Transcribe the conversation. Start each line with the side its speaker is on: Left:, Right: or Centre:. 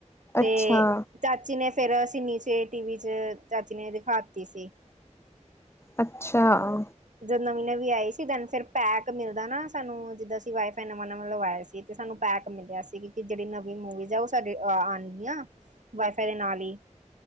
Right: ਤੇ
Left: ਅੱਛਾ।
Right: ਚਾਚੀ ਈ ਨੇ ਫੇਰ ਅਸੀ ਨੀਚੇ ਏ ਟੀਵੀ ਚ ਚਾਚੀ ਨੇ ਦੇਖ ਦਾਖਾ ਆ ਤੀ ਸੀ
Left: ਅੱਛਾ ਆ
Right: ਜਦੋਂ ਨਵੀਂ ਨਵੀਂ ਈ ਆਈ ਸੀ ਦਿਨ ਫਿਰ ਪੈਕ ਮਿਲਦਾ ਨਾ ਸਾਨੂੰ ਜਿੱਦਾਂ ਅਸੀਂ ਵਾਈ ਫਾਈ ਨਵਾਂ ਨਵਾਂ ਆ ਲਵਾਇਆ ਸੀ ਈ ਤੇ ਸਾਨੂੰ ਪੈਕ ਮਿਲਿਆ ਸੀ ਕੀ ਜਿਹੜੀ ਨਵੀਂ ਮੂਵੀਜ਼ ਉਹ ਸਾਡੀਆਂ ਆਣਗੀਆਂ ਵਾਈਫਾਈ ਦੇ ਨਾਲ ਈ